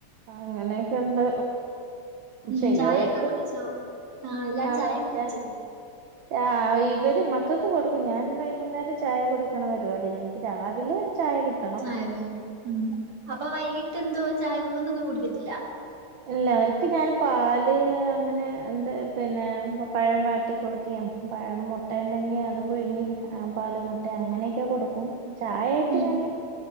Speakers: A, on the right; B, on the right.
A: അങ്ങനെയൊക്കെണ്ട്
B: ഉം,
A: ശരിയാവു
B: ചായയൊക്കെ
A: ആയിരിക്കും.
B: കുടിച്ചോ ആ എല്ലാരും
A: അങ്ങൻ
B: ചായയൊക്കെ
A: തൻ
B: കുടിച്ചോ
A: ആഹ് ഇവര് മക്കക്ക് കൊടുക്കും. ഞാന് വൈകുന്നേരം ചായ കുടിക്കണ പരിപാടിയെന്നെ രാവിലെ ചായ കിട്
B: ചായ വേണം. ഉം അപ്പൊ വൈകിട്ടെന്തുവാ ചായ കുടെ ഒന്നും കുടിക്കത്തില്ല.
A: ഇല്ല അവർക്ക് ഞാൻ പാല് അങ്ങനെ എന്ത് പിന്നെ പഴം വാട്ടി കൊടുക്കുകയും. പഴം മുട്ട ഉണ്ടെങ്കി അത് പുഴുങ്ങി ആ പാലും, മുട്ട അങ്ങനെയൊക്കെ കൊടുക്കും. ചായായിട്ട്ങ്ങനെ
B: ഉം,